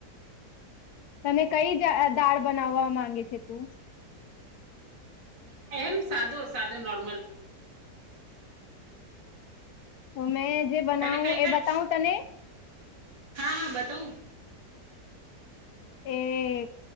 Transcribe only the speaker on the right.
એમ સાદો સાદો નોર્મલ.
તને કઈ-કઈ
હા હા બતાવું.